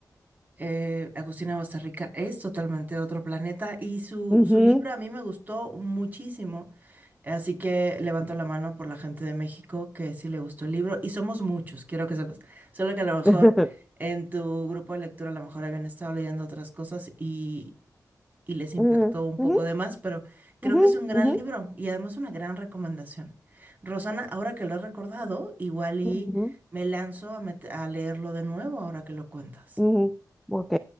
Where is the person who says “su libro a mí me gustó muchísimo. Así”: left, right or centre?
Right